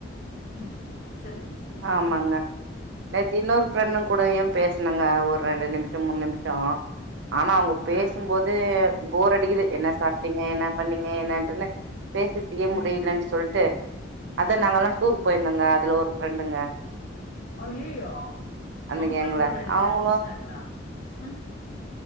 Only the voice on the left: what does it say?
ம் சொல்லுங்க
ஆ
ம்
ஆ
ஐயயோ
அவுங்களே
போர் அடிக்க
ஆரம்பிச்சுட்டாங்களா ம்